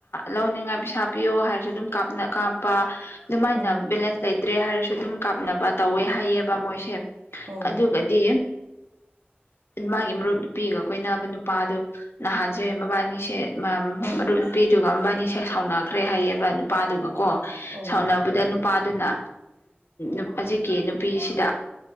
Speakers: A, on the left; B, on the right.
A: ꯂꯧꯅꯤꯡꯉꯥꯏ ꯄꯩꯁꯥ ꯄꯤꯌꯣ ꯍꯥꯏꯔꯁꯨ ꯑꯗꯨꯝ ꯀꯥꯞꯅ ꯀꯥꯞꯄ ꯑꯗꯨꯃꯥꯏꯅ
B: ꯎꯝ
A: ꯕꯦꯂꯦꯟꯁ ꯂꯩꯇ꯭ꯔꯦ ꯍꯥꯏꯔꯁꯨ ꯑꯗꯨꯝ ꯀꯥꯞꯅꯕ ꯇꯧꯋꯦ ꯍꯥꯏꯌꯦꯕ ꯃꯣꯏꯁꯦ
B: ꯑꯣ
A: ꯑꯗꯨꯒꯗꯤ ꯃꯥꯒꯤ ꯃꯔꯨꯞ ꯅꯨꯄꯤꯒ ꯀꯈꯣꯏꯅꯕ ꯅꯨꯄꯥꯗꯨ ꯅꯍꯥꯟꯁꯦ ꯃꯕꯥꯅꯤꯁꯦ ꯃꯔꯨꯞ ꯅꯨꯄꯤꯗꯨꯒ ꯃꯕꯥꯅꯤꯁꯦ ꯁꯥꯎꯅꯈ꯭ꯔꯦ ꯍꯥꯏꯌꯦꯕ ꯅꯨꯄꯥꯗꯨꯒ ꯀꯣ
B: ꯑꯣ
A: ꯁꯥꯎꯅꯕꯗ ꯅꯨꯄꯥꯗꯨꯅ ꯎ ꯍꯧꯖꯤꯛꯀꯤ ꯅꯨꯄꯤꯁꯤꯗ